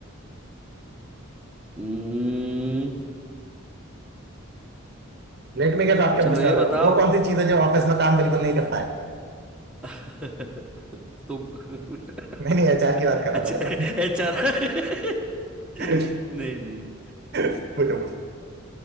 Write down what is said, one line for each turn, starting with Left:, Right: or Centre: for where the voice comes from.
Centre: हम्म,
Right: Let me get आप क्या
Centre: चलो
Right: पूछने
Centre: ये
Right: वाले
Centre: बताओ
Right: हो वो कौन सी चीज है जो ऑफिस में काम बिल्कुल नहीं करता है
Centre: <laughs> तुम <laughs>
Right: मैंने एचआर की बात करा
Centre: अच्छा
Right: था है ना
Centre: एचआर <laughs> नहीं
Right: <laughs>
Centre: नहीं नहीं
Right: पूछो पूछो